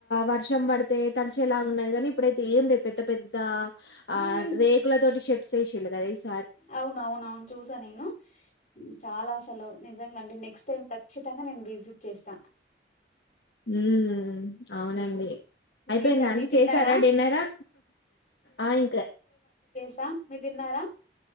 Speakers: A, on the left; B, on the left.
A: వర్షం పడితే తడిచేలాగున్నది కానీ ఇప్పుడైతే ఏం లేదు పెద్ద పెద్ద
B: ఉ
A: ఆ
B: ఉ
A: <unintelligible>
B: అవున అవున అవును చూసా నేను చాలా నిజంగా అంటే నెక్స్ట్ టైం ఖచ్చితంగా నేను విజిట్ చేస్తా
A: ఉమ్ అవునండి
B: ఉమ్. ఇంకేంటండి
A: అయిపోయిందా అంటే
B: తిన్నారా
A: చేసారా డిన్నరా ఆ ఇంకా
B: స మీరు తిన్నారా